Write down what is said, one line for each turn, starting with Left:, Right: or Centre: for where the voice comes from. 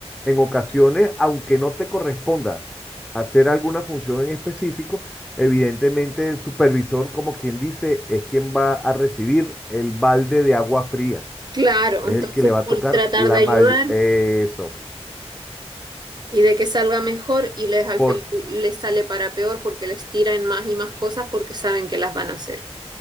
Centre: en ocasiones, aunque no te corresponda hacer alguna función en específico, evidentemente el supervisor, como quien dice, es quien va a recibir el balde de agua fría.
Right: Claro,
Centre: Es
Right: entonces
Centre: el que le va a
Right: por
Centre: tocar
Right: tratar
Centre: la
Right: de ayudar.
Centre: mayor... Eso.
Right: Y de que salga mejor y les al
Centre: Por
Right: final les sale para peor porque les tiran más y más cosas porque saben que las van a hacer.